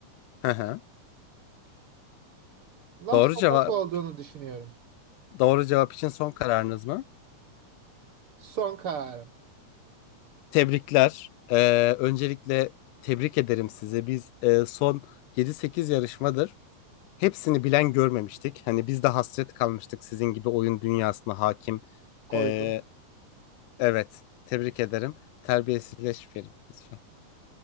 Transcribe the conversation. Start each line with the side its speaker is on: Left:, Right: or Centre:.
Left: Hı hı.
Right: Last
Left: Doğru
Right: of
Left: cevap.
Right: Us olduğunu düşünüyorum.
Left: Doğru cevap için son kararınız mı?
Right: Son kararım
Left: Tebrikler. Ee, öncelikle tebrik ederim sizi. Biz e, son yedi sekiz yarışmadır hepsini bilen görmemiştik. Hani biz de hasret kalmıştık sizin gibi oyun dünyasına hakim.
Right: koydum.
Left: Ee, evet, tebrik ederim. Terbiyesizleşmeyelim lütfen.